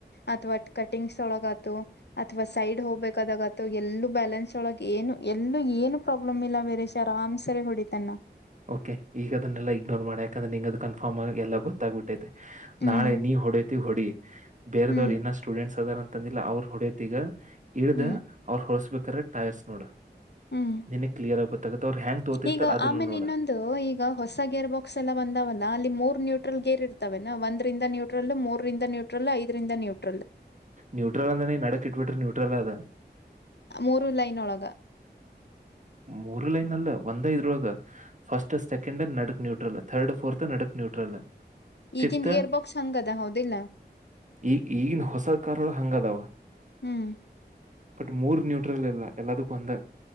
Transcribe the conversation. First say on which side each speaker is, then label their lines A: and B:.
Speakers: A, on the left (about 70°); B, on the right (about 45°).
A: ಅಥವಾ ಕಟಿಂಗ್ಸ್ ಒಳಗ ಆತು ಅಥವಾ ಸೈಡ್ ಹೋಗ್ಬೇಕದಾಗ ಆತ ತ ಎಲ್ಲೂ ಬ್ಯಾಲೆನ್ಸ್ ಒಳ ಏನು ಎಲ್ಲೂ ಏನು ಪ್ರಾಬ್ಲಮ್ ಇಲ್ಲ ಬೇರೇಶ ಆರಾಮ್ ಸರಿ ಹೊಡಿತನ
B: ಓಕೆ ಈಗದನ್ನೆಲ್ಲ ಇಗ್ನೋರ್ ಮಾಡು ಯಾಕಂದ್ರೆ ನಿಂಗ ಅದು ಕನ್ಫರ್ಮ್ಗ ಎಲ್ಲ ಗೊತ್ತಾಗಗ್ಬಿಟ್ಟೈತೆ
A: ಹ್ಮ್
B: ನಾಳೆ ನೀವ್ ಹೊಡ್ಯತಿ ಹೊಡಿ ಬೇರೆದವ್ರು
A: ಹ್ಮ್
B: ಇನ್ನ ಸ್ಟೂಡೆಂಟ್ಸ್ ಅದಾರ ಅಂತಂದಿಲ್ಲ ಅವರು ಹೊಡ್ಯತಿ ಈಗ ಇಳ್ದ
A: ಹ್ಮ್
B: ಅವ್ರ ಹೊಳ್ಸ್ಬೇಕ್ರ ಟೈರ್ಸ್ ನೋಡ್
A: ಹ್ಮ್
B: ನಿನಗ್ ಕ್ಲಿಯರ್ ಆಗ ಗೊತ್ತಾಗತ್ತೆ ಅವರ ಹೆಂಗ್ ತೋತಿರ್ತಾರ್
A: ಈಗ
B: ಅದನ್ನು
A: ಆಮೇಲೆ
B: ನೋಡಾ
A: ಇನ್ನೊಂದು ಈಗ ಹೊಸ ಗೇರ್ ಬಾಕ್ಸ್ ಎಲ್ಲ ಬಂದವಲ್ಲ ಅಲ್ಲಿ ಮೂರ್ ನ್ಯೂಟ್ರಲ್ ಗೇರ್ ಇರ್ತವ ಒಂದರಿಂದ ನ್ಯೂಟ್ರಲ್ ಮೂರರಿಂದ ನ್ಯೂಟ್ರಲ್ ಐದರಿಂದ ನ್ಯೂಟ್ರಲ್
B: ನ್ಯೂಟ್ರಲ್ ಅಂದ್ರಾನೆ ನಡಕ್ ಇಟ್ಬಿಟ್ರೆ ನ್ಯೂಟ್ರಲ್ ಅದ
A: ಮೂರು ಲೈನ್ ಹೊಳಗ
B: ಮೂರು ಲೈನ್ ಅಲ್ಲ ಒಂದೇ ಇದ್ರೊಳಾಗ ಫಸ್ಟ್ ಸೆಕೆಂಡ್ ನಡಕ್ ನ್ಯೂಟ್ರಲ್ ಥರ್ಡ್ ಫೋರ್ತ್ ನಡಕ ನ್ಯೂಟ್ರಲ ಫಿಫತ್
A: ಈಗಿಂದ ಗೇರ್ ಬಾಕ್ಸ್ ಹಂಗದ ಹೌದಿಲ್ಲ
B: ಈಗ ಈಗಿನ ಹೊಸ ಕರಳ ಹಂಗದವ
A: ಹ್ಮ್
B: ಬಟ್ ಮೂರ್ ನ್ಯೂಟ್ರಲ್ ಇಲ್ಲ ಎಲ್ಲದಕ್ಕೂ ಅಂದ